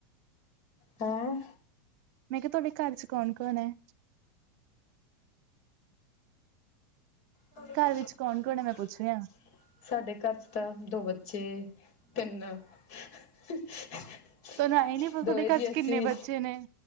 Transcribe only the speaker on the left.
ਹੈੰ।
ਤੁਹਾਡੇ ਘਰ
'ਚ ਕੌਣ- ਕੌਣ?
<unintelligible>
ਸਾਡੇ ਘਰ 'ਚ ਤਾਂ ਦੋ ਬੱਚੇ, ਤਿੰਨ। <unintelligible>
ਦੋਏ
ਜੀ
ਅਸੀਂ